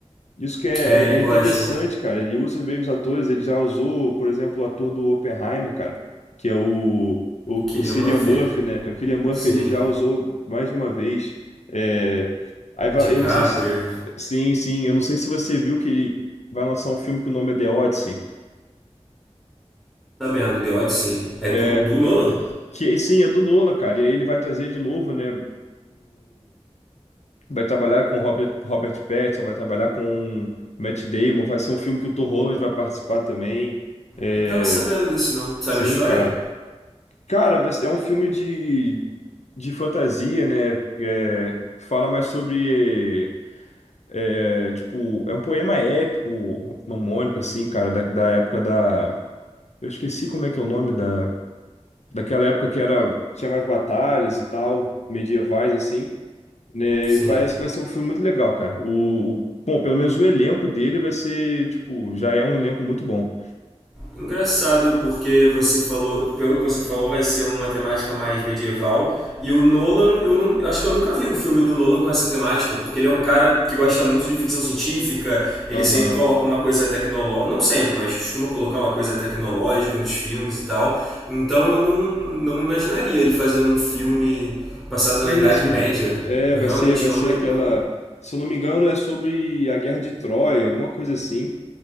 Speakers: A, on the left; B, in the centre.
A: Isso que é,
B: É, ele
A: é
B: gosta.
A: é interessante, cara. Ele usa bem os atores. Ele já usou, por exemplo, o ator do Oppenheimer, cara, que é o, o,
B: Killian
A: o Cillian
B: Murphy?
A: Murphy, né? O Cillian Murphy
B: Sim.
A: ele já usou mais de uma vez. É... Aí vai-
B: DiCaprio.
A: eu não sei se. Sim, sim. Eu não sei se você viu que ele vai lançar um filme que o nome é The Odyssey.
B: Sabendo, The Odyssey. É do,
A: É...
B: do Nolan?
A: Que sim, é do Nolan, cara. E aí ele vai trazer de novo, né? Vai trabalhar com Robert, Robert Pattinson, vai trabalhar com Matt Damon, vai ser um filme que o Tom Holland vai participar também. É,
B: Não tava sabendo desse não. Sabe
A: sim,
B: a história?
A: cara. Cara, vai ser- é um filme de, de fantasia, né? É, fala mais sobre, é, tipo, é um poema épico, mamônico, assim, cara, da, da época da... Eu esqueci como é que é o nome da... Daquela época que era, tinha mais batalhas e tal, medievais, assim. né,
B: Sim.
A: e parece que vai ser um filme muito legal, cara. O, o- bom, pelo menos o elenco dele vai ser, tipo, já é um elenco muito bom.
B: Engraçado, porque você falou, pelo que você falou, vai ser uma temática mais medieval. E o Nolan, eu não, acho que eu nunca vi um filme do Nolan com essa temática, porque ele é um cara que gosta muito de ficção científica,
A: Aham.
B: ele sempre coloca uma coisa tecnológica, não sempre, mas costuma colocar uma coisa tecnológica nos filmes e tal. Então eu não, não imaginaria ele fazendo um filme passado
A: Sim,
B: na Idade
A: sim.
B: Média.
A: É,
B: Eu
A: vai
B: realmente
A: ser, vai
B: não,
A: ser
B: ima- não
A: aquela, se eu não me engano, é sobre a Guerra de Troia, alguma coisa assim.